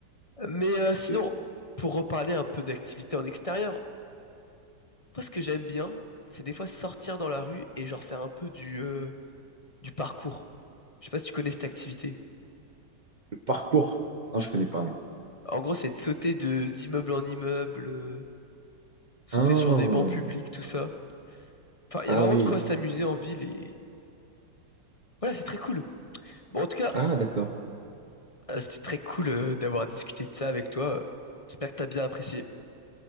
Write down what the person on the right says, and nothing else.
écoutez,
le parcours. Ah, je connais pas, non.
Ah,
ah
oui.
Ah, d'accord.